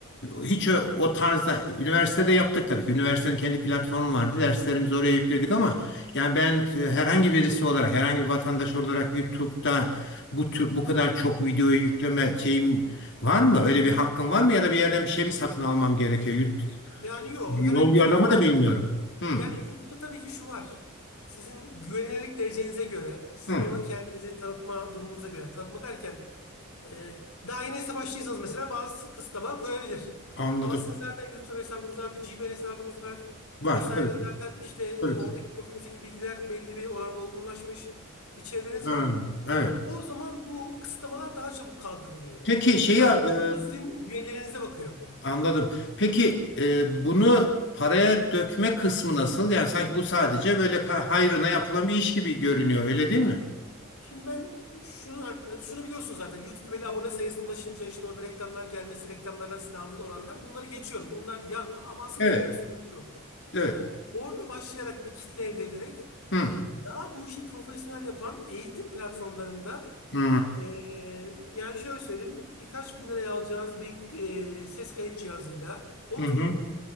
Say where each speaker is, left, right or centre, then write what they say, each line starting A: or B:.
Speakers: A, on the left (about 55°); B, on the left (about 85°).
A: e, hiç o, o tarzda üniversitede yaptık tabii ki. Üniversitenin kendi platformu vardı. Derslerimizi oraya yükledik ama yani ben e, herhangi birisi olarak, herhangi bir vatandaş olarak YouTube'da bu tür, bu kadar çok videoyu yükleme şeyim var mı? Öyle bir hakkım var mı ya da bir yerden bir şey mi satın almam gerekiyor? Yut-
B: Yani yok
A: Yol
B: herhangi bir
A: yordamı
B: şeye ihtiyacınız
A: da bilmiyorum.
B: yok.
A: Hı,
B: Yani YouTube'da tabii ki şu var. Sizin güvenilirlik derecenize göre, sizin
A: hı.
B: orada kendinizi tanıtma durumunuza göre, yani tanıtma derken Ee, daha yeni hesap açtıysanız mesela bazı kısıtlamalar koyabilir.
A: Anladım.
B: Ama sizin zaten YouTube hesabınız var, bir Gmail hesabınız var
A: Var
B: vesaire.
A: tabii ki.
B: Zaten işte e,
A: Tabii
B: oradaki
A: ki.
B: profilinizdeki bilgiler belli bir oranda olgunlaşmış bir çevreniz
A: Hı,
B: var.
A: evet.
B: O zaman bu kısıtlamalar daha çabuk kaldırılıyor.
A: Peki şeyi
B: Yani
A: e,
B: YouTube da sizin üyelerinize bakıyor.
A: anladım. Peki e, bunu paraya dökme kısmı nasıl? Yani sanki bu sadece böyle ka- hayrına yapılan bir iş gibi görünüyor, öyle değil mi?
B: Şimdi ben şunu yani şunu biliyorsunuz zaten. YouTube'da belli abone sayısına ulaşınca işte orada reklamlar gelmesi, reklamlardan sizin aldığınız oranlar. Bunları geçiyorum. Bunlar yan ama asıl
A: Evet,
B: benim demek istediğim şu.
A: evet.
B: Orada başlayarak bir kitle elde ederek
A: Hı,
B: Daha bu işi profesyonel yapan eğitim platformlarında
A: hı,
B: e, yani şöyle söyleyeyim birkaç bin liraya alacağınız bir e, ses kayıt cihazıyla oturup
A: hı, hı.